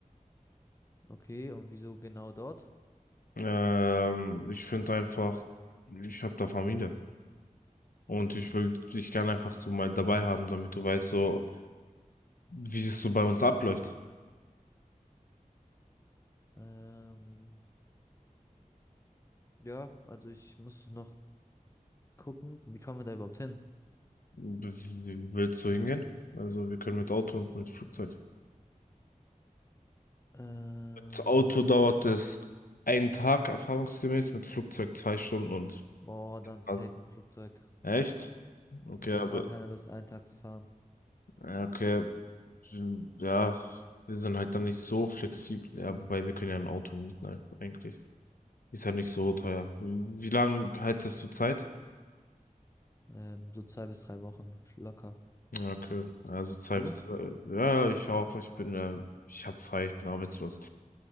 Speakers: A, on the left (about 20°); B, on the left (about 80°).
A: Okay, und wieso genau dort?
B: Ähm, ich finde einfach, ich habe da Familie. Und ich will dich gerne einfach so mal dabei haben, damit du weißt, so, wie es so bei uns abläuft.
A: Ähm, ja, also ich muss noch gucken, wie kommen wir da überhaupt hin?
B: W- Willst du hingehen? Also, wir können mit Auto und mit Flugzeug.
A: Ähm,
B: Das Auto dauert es einen Tag erfahrungsgemäß, mit Flugzeug zwei Stunden und.
A: boah, dann safe
B: Also,
A: mit Flugzeug.
B: Echt? Okay,
A: Ich
B: aber,
A: habe gar keine Lust, einen Tag zu fahren.
B: ja, okay, Hm, ja, wir sind halt dann nicht so flexibel. Ja, wobei wir können ja ein Auto mieten, halt, eigentlich. Ist ja nicht so teuer. Wie lange haltest du Zeit?
A: Ähm, so zwei bis drei Wochen locker.
B: Ja, Okay, also zwei
A: Du?
B: bis drei. Ja, ich auch. Ich bin, äh, ich hab frei, ich bin arbeitslos.